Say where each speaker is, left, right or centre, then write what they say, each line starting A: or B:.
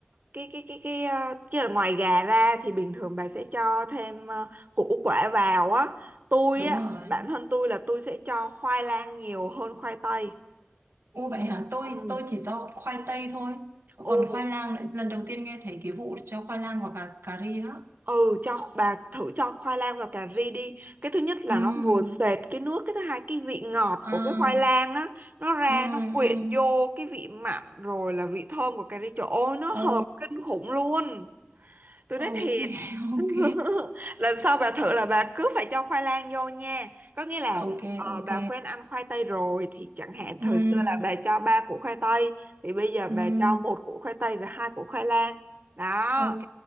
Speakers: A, on the right; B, on the right.
A: cái cái cái cái ờ, cái là ngoài gà ra thì bình thường bà sẽ cho thêm ờ, củ quả vào á. Tôi
B: đúng
A: á,
B: rồi
A: bản thân tôi là tôi sẽ cho khoai lang nhiều hơn khoai tây.
B: Ô vậy hả? Tôi
A: Ừ.
B: tôi chỉ cho khoai tây thôi. Còn
A: Ồ,
B: khoai lang lại- lần đầu tiên nghe thấy cái vụ cho khoai lang và cà cà ri đó.
A: ừ cho bà thử cho khoai lang vào cà ri đi cái thứ nhất là
B: Ừm.
A: nó ngồi sệt cái nước cái thứ hai cái vị ngọt
B: À.
A: của cái khoai lang á nó ra
B: Ừm
A: nó quyện
B: ừm.
A: vô cái vị mặn rồi là vị thơm của cà ri trời ơi nó
B: Ồ.
A: hợp kinh khủng luôn tôi
B: Ok
A: nói thiệt
B: <laughs> ok.
A: <laughs> lần sau bà thử là bà cứ phải cho khoai lang vô nha có nghĩa là
B: Ok
A: ờ,
B: ok.
A: bà quen ăn khoai tây rồi thì chẳng hạn
B: Ừm
A: thời xưa là bà cho ba củ khoai tây thì bây giờ
B: ừm.
A: bà cho một củ khoai tây và hai củ khoai lang đó
B: Ok,